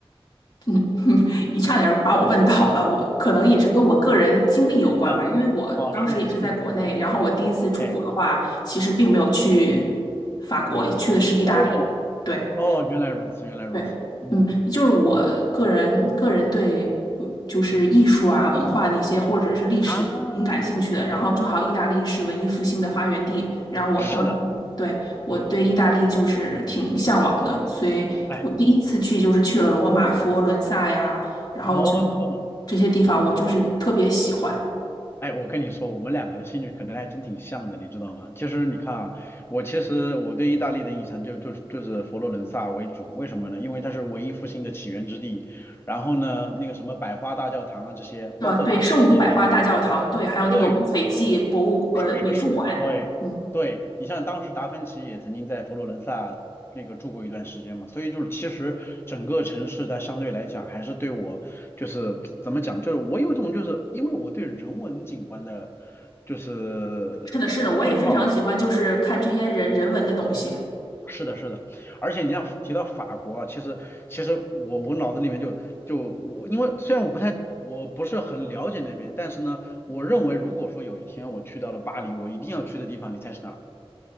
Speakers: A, on the left; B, on the left.
A: <laughs> 你差点儿把我问倒了，我可能也是跟我个人经历有关吧，
B: 嗯嗯，
A: 因为我当时也是在国内，
B: 哦，是吗？嗯，
A: 然后我第一次出国的话，
B: 哎，
A: 其实并没有去法国，去的是意大利。
B: 哦
A: 对。
B: 哦，原来如此，原来如此，
A: 对，
B: 嗯
A: 嗯，就是我个人个人对嗯就是艺术啊、文化那些或者是历史挺感兴趣的。
B: 啊，
A: 然后正好意大利是文艺复兴的发源地，然后我当时对我对意大利就是挺向往的，
B: 是的。
A: 所以我第一次去就是去了罗马、
B: 哎，
A: 佛罗伦萨呀，然后就
B: 哦，
A: 这些地方我就是特别喜欢。
B: 哎，我跟你说，我们两个的兴趣可能还真挺像的，你知道吗？其实你看啊，我其实我对意大利的印象就就就是佛罗伦萨为主，为什么呢？因为它是文艺复兴的起源之地，然后呢，那个什么百花大教堂啊这些，
A: 对吧对，
B: 包括达芬奇，
A: 圣母百花大教堂，对，还有那个乌菲济博物呃美术馆，
B: 对是是是，对对，
A: 嗯，
B: 你像当时达芬奇也曾经在佛罗伦萨那个住过一段时间嘛，所以就是其实整个城市它相对来讲还是对我就是怎么讲，就是我有种就是因为我对人文景观的，就是呃就偏好。
A: 是的，是的，我也非常喜欢就是看这些人人文的东西。
B: 是的，是的，而且你像提到法国啊，其实其实我我脑子里面就就我，因为虽然我不太我不是很了解那边，但是呢，我认为如果说有一天我去到了巴黎，我一定要去的地方，你猜是哪儿？